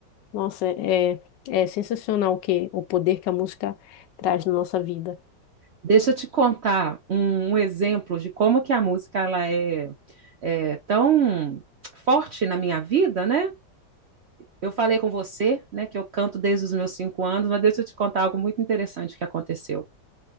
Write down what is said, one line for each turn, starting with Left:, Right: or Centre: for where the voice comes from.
Left: Nossa, é, é é sensacional o que, o poder que a música traz na nossa vida.
Right: Deixa eu te contar um, um exemplo de como que a música ela é, é tão forte na minha vida, né? Eu falei com você, né, que eu canto desde os meus cinco anos, mas deixa eu te contar algo muito interessante que aconteceu.